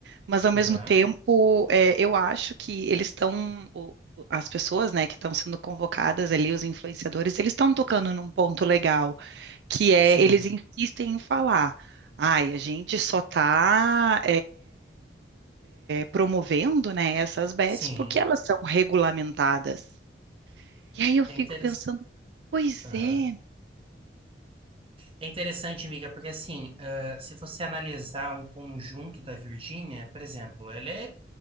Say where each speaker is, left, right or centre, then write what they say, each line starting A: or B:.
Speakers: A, on the right; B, on the right.
A: mas ao mesmo
B: Aham.
A: tempo, é, eu acho que eles estão, o- o- as pessoas, né, que estão sendo convocadas ali, os influenciadores, eles estão tocando num ponto legal, que é
B: Sim.
A: eles insistem em falar, ai, a gente só está promovendo, né, essas bets
B: Sim.
A: porque elas são regulamentadas. E aí eu fico
B: É interessante.
A: pensando, pois
B: Aham.
A: é,
B: É interessante, amiga, porque assim, ah, se você analisar um conjunto da Virgínia, por exemplo, ela é